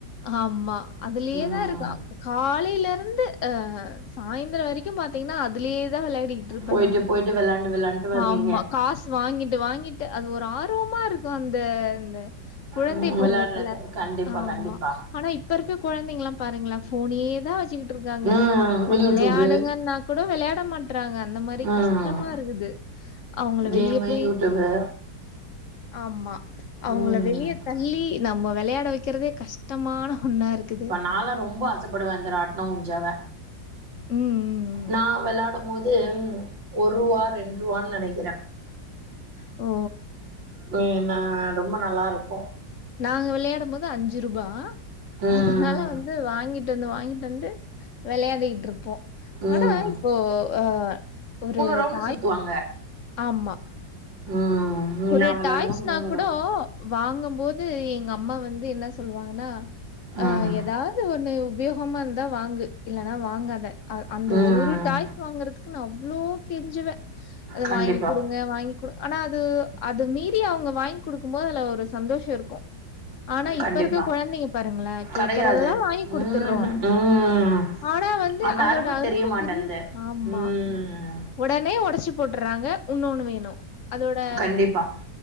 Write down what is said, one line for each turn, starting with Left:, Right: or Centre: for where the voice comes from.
Left: ஆமா அதுலியேதா
Right: ம்
Left: இருக்கான் காலைல இருந்து ஆ சாய்ந்திரோ வரைக்கு பாத் தீங்னா அதுலியேதா விளையாடிகிட்ருப்ப
Right: போயிட்டு
Left: நானு
Right: போயிட்டு வெளாண்டு வெளாண்ட்டு வருவீங்க
Left: ஆமா காசு வாங்கிட்டு வாங்கிட்டு அது ஒரு ஆர்வமா இருக்கு அந்த அந்த குழந்தை
Right: ம்
Left: பருவத்துல
Right: வெளாட்றது கண்டிப்பா
Left: ஆமா
Right: கண்டிப்பா
Left: ஆனா இப்ப இருக்குற கொழந்தைங்லா பாருங்ள ஃபோனேதா வச்சுக்கிட்ருக்காங்க
Right: ம்
Left: போய்
Right: யூடியூபு
Left: விளையாடுங்கன்னா கூட விளையாட மாட்றாங்க அந்த மாரி
Right: ம்
Left: கஷ்டமா இருக்குது அவுங்குள
Right: கேமு
Left: வெளிய போய்
Right: யூடியூபு
Left: ஆமா அவுங்குள
Right: ம்
Left: வெளிய தள்ளி நம்ம வெளையாட வைக்கிறதே கஷ் டமான ஒன்னா இருக்குது
Right: நாளா ரொம்பா ஆசப்படுவ இந்த ராட்னம் ஊஞ்சாவ
Left: ம், ம், ம்.
Right: நா வெளாடமோது ஒரூவா ரெண்ட்ரூவான் நெனைக்கிற
Left: ஓ
Right: மெய்னா ரொம்ப நல்லா இருக்கு
Left: நாங்க விளையாடும்போது அஞ்சு ருபா
Right: ம்.
Left: அதுனால வந்து வாங்கிட்டு வந்து வாங்கிட்டு வந்து வெளையாடிகிட்ருப்போ
Right: ம்.
Left: ஆனா இப்போ ஆ ஒரு
Right: ரவுண்டு
Left: டாய்
Right: சுத்துவாங்க
Left: ஆமா
Right: ம்
Left: ஒரு
Right: நான் வெளாடும்போது
Left: டாய்ஸ்னா கூடோ
Right: ரவுண்டு.
Left: வாங்கும் போது எங்க அம்மா வந்து என்ன சொல்லுவாங்கனா ஆ
Right: ம்.
Left: எதாது ஒன்னு உபயோகமா இருந்தா வாங்கு இல்லனா வாங்காத அ அந்த
Right: ம்.
Left: ஒரு டாய்ஸ் வாங்குறதுக்கு நா அவ்ளோ கெஞ்சுவ அத
Right: கண்டிப்பா,
Left: வாங்கி குடுங்க வாங்கி குடு ஆனா அது அது மீறி அவ்ங்க வாய்ங் குடுக்குமோது அதுல ஒரு சந்தோஷோ இருக்கு ஆனா
Right: கண்டிப்பா.
Left: இப்ப இருக்க குழந்தைங்க பாருங்ள கேக்குறதெலா
Right: கெடையாது.
Left: வாங்கி குடுத்துர்றோ
Right: ம்ஹ்ம். ம்.
Left: ஆனா வந்து
Right: அந்த
Left: அதோட அரும
Right: தெரிய மாட்டேன்து.
Left: தெரி ஆமா
Right: ம்.
Left: ஒடனே ஒடச்சி போட்றாங்க உன்னொன்னு வேணு அ தோட
Right: கண்டிப்பா.